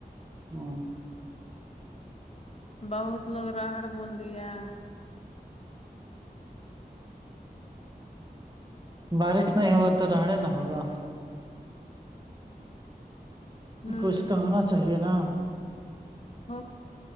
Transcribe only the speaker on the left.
بہت لوگ راہڑ بوندی ہے
ہوں
ہو